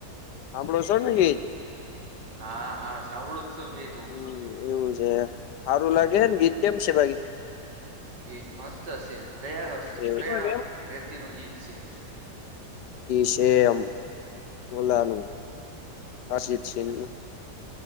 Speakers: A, on the left; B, on the right.
A: સાંળો છો ને ગીત?
B: હા હા સાંભળો જસવ ગીતું.
A: હમ એવું છે સારું લાગેને ગીત કેમ છે બાકી
B: ગીત મસ્ત હશે કયા
A: એવું
B: કયા વ્યક્તિ નું ગીત છે
A: શયમ છે એમ એલાનું અરજીશિંગ નું.